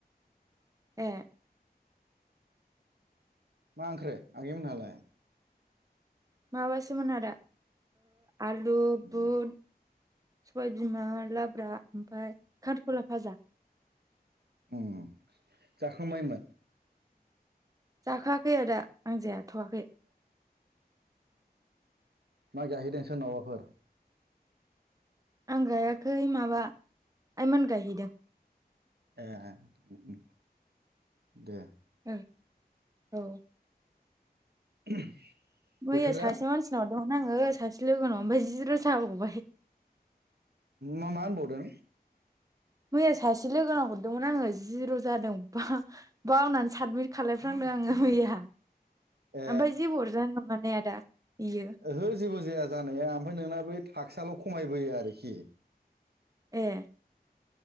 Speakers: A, on the right; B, on the right.
A: ए
B: मा ओंख्रि आगैमोनहालाय
A: माबासोमोन आदा आलु
B: ओ
A: बुट सबायबिमा लाब्रा ओमफ्राय खांख्रिखला भाजा
B: उम जाखांबायमोन
A: जाखाङाखै आदा आं जायाथ'या
B: माइ गायहैदों सोरनावाबाफोर
A: आं गायाखै माबा आइमोन गायहैदों
B: ए उम उम दे
A: ओं औ
B: <inaudible>
A: मैया
B: बोथोरा
A: सासे मानसिनाव हरदोंमोन आङो सासे लोगोनाव ओमफ्राय जि रोजाब बावबाय
B: मा मा होनबावदों
A: मैया सासे लोगोनाव हरदोंमोन आङो जिर' जादों बा बावनानै साबमिट खालायफ्र्लांदों आङो मैया
B: ए
A: ओमफ्राय जेबो हरजानाय नंला ना आदा इयो
B: ओहो जेबो जाया जानाया ओमफ्राय नोंना बै थाखसाल' खमायबोयो आरोखि
A: ए